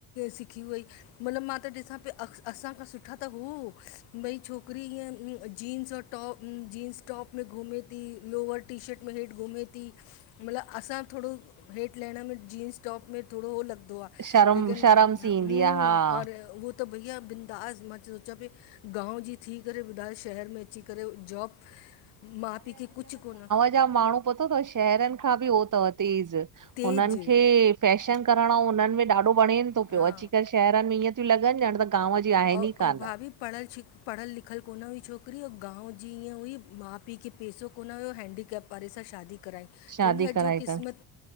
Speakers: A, on the left (about 75°); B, on the right (about 40°).
A: सिखी वई मतलब मां त ॾिसां पई असांखां सुठा त हू भई छोकरी इय जींस ऐं टॉप जींस टॉप में घुमे थी लोवर टी शर्ट में हेठ घुमे थी मतलबु असां थोरो हेठि लहिण में जींस टॉप में थोड़ो उहो लॻदो आ
B: शर्म
A: लेकिन
B: शर्म सी
A: हम
B: ईंदी आ हा
A: और उह त त भईया बिंदास मां सोचां पई गांव जी थी करे ॿुधायो शहर में अची करे जॉब माउ पीउ खे कुझु कोन
B: गाव जा माण्हू पतो अथव शहरनि खां बि हो तव तेज़
A: तेज
B: हुननि खे फैशन करणो उन्हनि में ॾाढो वणेन थो पियो
A: हा
B: अची करे शहरनि में ईअं थियूं लॻनि ॼण त गांव जी आहिनि
A: अऊं
B: ई कान।
A: अऊं भाभी पढ़ियलछिख पढ़ियलु लिखियलु कोन हुई छोकिरी ऐं गांव जी ईअं हुई माउ पीउ खे पेसो कोन्ह हुयो हैंडीकैप वारे सां शादी कराई
B: शादी
A: चवंदीआ
B: कराई
A: जो
B: अथसि
A: किस्मत,